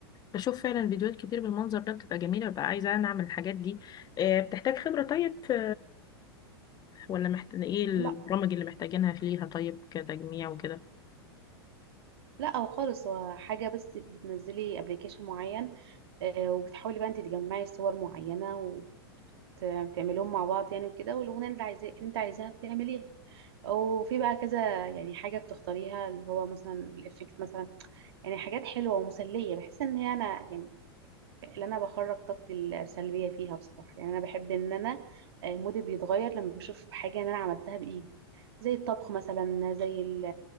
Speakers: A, on the left; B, on the right.
A: بشوف فعلا فيديوهات كتير بالمنظر ده بتبقى جميلة ببقى عايزة أنا أعمل الحاجات دي آه، بتحتاج خبرة طيب في ولا محتاج ايه البرامج
B: لا
A: اللي محتاجينها ليها طيب كتجميع وكده
B: لا او خالص هو حاجه بس بتنزلي ابلكيشن معين آه، وبتحاولي بقى انت تجمعي صور معينه وبتعملهم مع بعض يعني وكده والاغنيه اللي عايزاه انت عايزاها بتعمليها وفي بقى كذا يعني حاجه بتختاريها اللي هو مثلا الافكت مثلا يعني حاجات حلوة ومسلية بحس ان هي انا يعني اللي انا بخرج طاقتي السلبية فيها بصراحة يعني انا بحب ان انا آه، مودي بيتغير لما بشوف حاجة ان انا عملتها بايدي زي الطبخ مثلا زي ال-